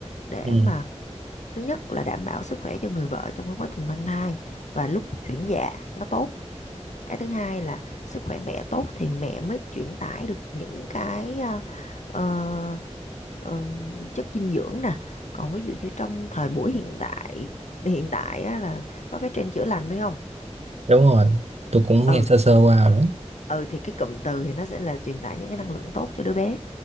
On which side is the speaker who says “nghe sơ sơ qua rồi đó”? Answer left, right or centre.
Right